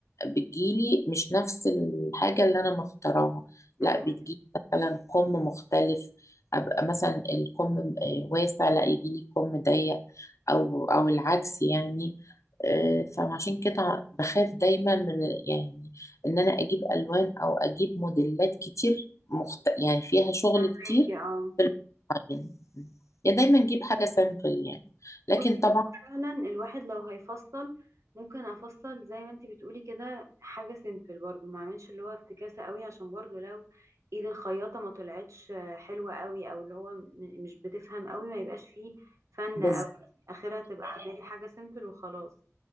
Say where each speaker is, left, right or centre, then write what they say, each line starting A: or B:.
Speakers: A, on the left; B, on the right.
A: بتجيلي مش نفس الحاجه اللي انا مختاراها لا
B: امم
A: بتجيلي مثلا كم مختلف ابقى مثلا الكم آه، واسع لا يجيلي كم ضيق او او العكس يعني آه، فعشان كده بخاف دايما من يعني ان انا اجيب الوان او اجيب موديلات كتير مخت... يعني فيها شغل
B: فاكي
A: كتير
B: اه
A: في المعجن يعني دايما اجيب حاجه سامبل يعني لكن
B: بصي
A: طبعا
B: هو فعلا الواحد لو هيفصل ممكن افصل زي ما انت بتقولي كده حاجة سيمبل برضو ما اعملش اللي هو افتكاسة قوي عشان برضو لو ايد الخياطة ما طلعتش آه، حلوة قوي او اللي هو م- مش بتفهم قوي ما يبقاش فيه فن
A: بس
B: قوي اخرها تبقى اعملي حاجة سيمبل وخلاص